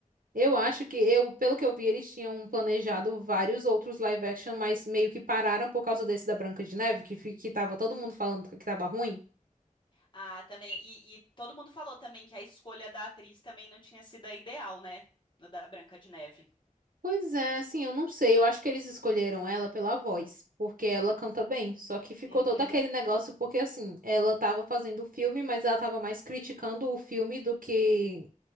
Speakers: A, on the right; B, on the left.
A: Eu acho que eu,
B: E-
A: pelo que eu vi, eles tinham planejado vários outros live action, mas meio que pararam por causa desse da Branca de Neve, que, fi- que tava todo mundo falando que tava ruim.
B: Ah, também. E, e todo mundo falou também que a escolha da atriz também não tinha sido a ideal, né? No da Branca de Neve.
A: Pois é, assim, eu não sei. Eu acho que eles escolheram ela pela voz, porque ela canta bem. Só que ficou
B: Uhum.
A: todo aquele negócio, porque assim, ela tava fazendo o filme, mas ela tava mais criticando o filme do que